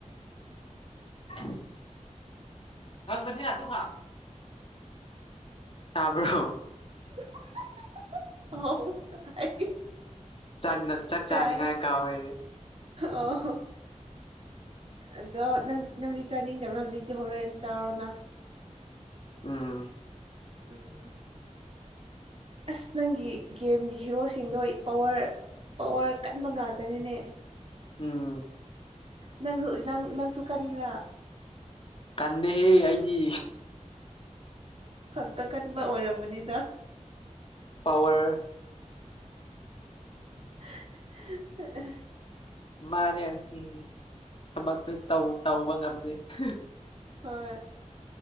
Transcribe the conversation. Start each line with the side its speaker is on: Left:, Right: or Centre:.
Left: <unintelligible> ꯇꯥꯕ꯭ꯔꯣ
Right: <unintelligible> ꯑꯣ ꯇꯥꯏ
Left: ꯆꯥꯛ ꯆꯥꯛ ꯆꯥꯅꯤꯡꯉꯥꯏ
Right: ꯇꯥꯏ
Left: ꯀꯥꯎꯋꯦ
Right: ꯑꯣ ꯑꯗꯣ ꯅꯪꯗꯤ ꯆꯥꯅꯤꯡꯗꯕ꯭ꯔꯥ ꯍꯧꯖꯤꯛꯇꯤ ꯍꯣꯔꯦꯟ ꯆꯥꯎꯥꯔꯣꯅ
Left: ꯎꯝ
Right: ꯎꯝ ꯑꯁ ꯅꯪꯒꯤ ꯒꯦꯝꯒꯤ ꯍꯤꯔꯣꯁꯤꯡꯗꯣ ꯄꯋꯥꯔ ꯄꯋꯥꯔ ꯀꯟꯕ ꯉꯥꯛꯇꯅꯤꯅꯦ
Left: ꯎꯝ
Right: ꯅꯪꯁꯨ ꯅꯪꯁꯨ ꯀꯟꯕ꯭ꯔꯥ
Left: ꯀꯟꯗꯦ ꯑꯩꯗꯤ
Right: ꯀꯛꯀꯟꯕ ꯑꯣꯏꯔꯝꯒꯅꯤ
Left: ꯄꯋꯥꯔ
Right: <unintelligible>
Left: ꯃꯥꯅꯦ ꯎꯝ ꯊꯕꯛꯁꯨ ꯇꯧ ꯇꯧꯕ ꯉꯝꯗꯦ <unintelligible>
Right: ꯍꯣꯏ